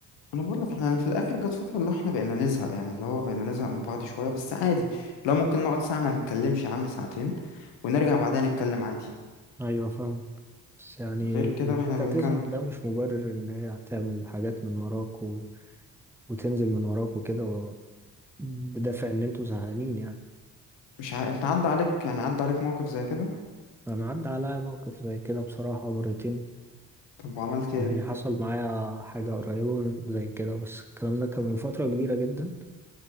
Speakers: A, on the left (about 70°); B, in the centre.
A: انا بقول لك احنا يعني في الاخر جت فتره اللي هو احنا بقينا نزهق يعني اللي هو بقينا نزهق من بعض شويه بس عادي لو ممكن نقعد ساعه ما نتكلمش يا عم ساعتين ونرجع بعدها نتكلم عادي
B: أيوة فاهمك بس يعني
A: غير كده
B: إن
A: احنا
B: أنت
A: بنكمل
B: تزهق ده مش مبرر إن هي تعمل حاجات من وراك و... وتنزل من وراك وكده و... بدافع إن أنتوا زهقانين يعني
A: مش ع... انت عدى عليك يعني عدى عليك موقف زي كده
B: أنا عدى عليا موقف زي كده بصراحة مرتين
A: طب وعملت ايه
B: يعني حصل معايا حاجة قريبة من زي كده بس الكلام ده كان من فترة كبيرة جدا